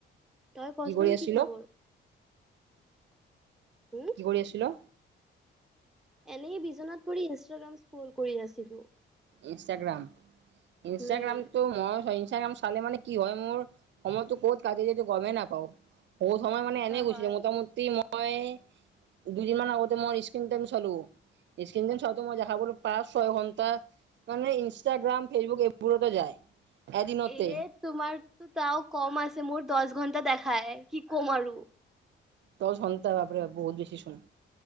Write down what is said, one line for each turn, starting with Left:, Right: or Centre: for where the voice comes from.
Centre: তই কচোন
Right: কৰি আছিলো
Centre: কি খবৰ? হুম,
Right: কি কৰি আছিলো?
Centre: এনেই বিচনাত পৰি ইনষ্টাগ্ৰাম স্কৌল কৰি আছিলো।
Right: ইনষ্টাগ্ৰাম, ইনষ্টাগ্ৰামটো
Centre: হুম।
Right: মই সেই ইনষ্টাগ্ৰাম চালে মানে কি হয় মোৰ, সময়তো ক'ত কাটি যায় সেইটো গমেই নাপাওঁ। বহুত সময় মানে এনে গুনিলে,
Centre: হয়।
Right: মোটামুটি মই দুদিনমান আগতে মোৰ স্ক্ৰীন টাইম চালো, স্ক্ৰীন টাইম চাওতে মই দেখা পালোঁ পাঁচ-ছয় ঘন্টা মানে ইনষ্টাগ্ৰাম, ফেচবুক এইবোৰতে যায়। এদিনতে
Centre: এ তোমাৰ তাও কম আছে মোৰ দচ ঘন্টা দেখাই, কি ক'ম আৰু।
Right: দচ ঘণ্টা বাপৰে-বাপ বহুত বেছি চোন।